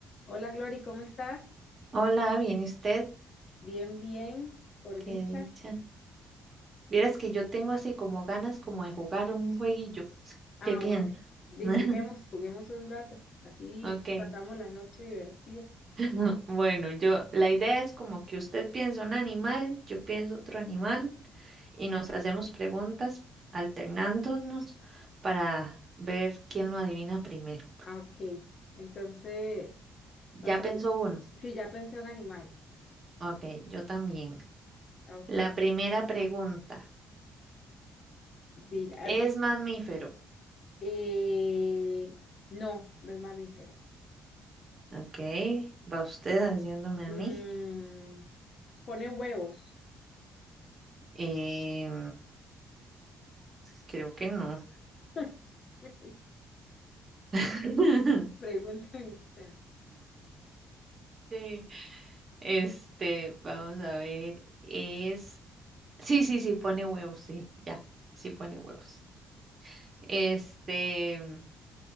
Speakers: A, on the left; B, on the right.
A: Hola Glory, ¿cómo está?
B: Hola, bien, ¿y usted?
A: Bien, bien, por
B: Qué
A: dicha.
B: dicha. Vieras que yo tengo así como ganas como de jugar un jueguillo.
A: Ah,
B: ¿Qué piensa?
A: bueno, de
B: <laughs>
A: juguemos, juguemos un rato, así
B: Ok.
A: pasamos la noche divertida.
B: <laughs> Bueno, yo, la idea es como que usted piensa un animal, yo pienso otro animal y nos hacemos preguntas alternándonos para ver quién lo adivina primero.
A: Ah, ok, entonces,
B: Ya
A: no sé,
B: pensó uno.
A: si ya pensé un animal.
B: Ok, yo también.
A: Ah, ok.
B: La primera pregunta,
A: diga,
B: ¿es
A: empie-
B: mamífero?
A: eh, no, no es mamífero.
B: Ok, va usted haciéndome
A: Mm,
B: a mí.
A: pone huevos.
B: Em, creo que no.
A: <laughs>
B: <laughs>
A: Pregunta usted.
B: Sí. Este, vamos a ver, es... Sí, sí, sí, pone huevos, sí, ya, sí pone
A: Ok.
B: huevos. Este, mm,